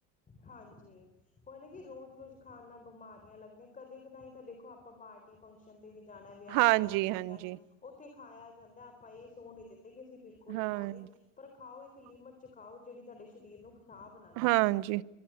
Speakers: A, on the left (about 20°); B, on the right (about 55°).
A: ਹਾਂਜੀ। ਉਹ ਨਾ ਕਿ ਰੋਜ਼-ਰੋਜ਼ ਖਾਣਾ ਬਿਮਾਰੀਆਂ ਲੱਗਦੀਆਂ ਕਦੇ ਕਦਾਈ ਤਾਂ ਦੇਖੋ ਆਪਾਂ ਬ ਫੰਕਸ਼ਨ ਤੇ ਵੀ ਜਾਨਾ, ਵਿਆਹ
B: ਹਾਂਜੀ,
A: ਸ਼ਾਦੀਆਂ ਤੇ
B: ਹਾਂਜੀ।
A: ਵੀ ਜਾਨਾ, ਉੱਥੇ ਖਾਇਆ ਜਾਂਦਾ, ਆਪਾਂ ਇਹ ਸੋਹ ਨੀ ਦਿੰਦੇ ਦੇ ਅਸੀਂ ਬਿਲਕੁਲ ਨਹੀਂ
B: ਹਾਂ।
A: ਖਾਂਦੇ,
B: ਚ
A: ਪਰ ਖਾਓ ਇੱਕ ਲਿਮਟ ਚ ਖਾਓ ਜਿਹੜੀ ਤੁਹਾਡੇ ਸਰੀਰ ਨੂੰ ਖ਼ਰਾਬ ਨਾ ਕਰੇ।
B: ਹਾਂਜੀ।